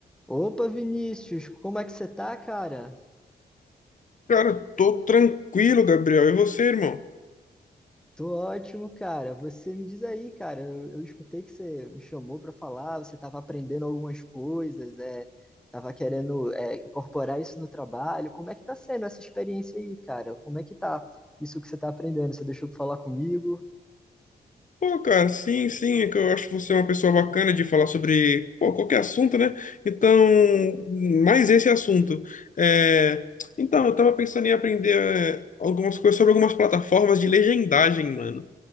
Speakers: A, in the centre; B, on the left (about 50°).
A: Opa, Vinícius, como é que você tá, cara?
B: Cara, tô tranquilo, Gabriel. E você, irmão?
A: Tô ótimo, cara. Você me diz aí, cara. Eu, eu escutei que você me chamou pra falar, você tava aprendendo algumas coisas, é, tava querendo, é, incorporar isso no trabalho. Como é que tá sendo essa experiência aí, cara? Como é que tá isso que você tá aprendendo? Você deixou pra falar comigo?
B: Pô, cara, sim, sim, é que eu acho você é uma pessoa bacana de falar sobre, pô, qualquer assunto, né? Então, mais esse assunto. É, Então, eu tava pensando em aprender é, algumas coisas sobre algumas plataformas de legendagem, mano.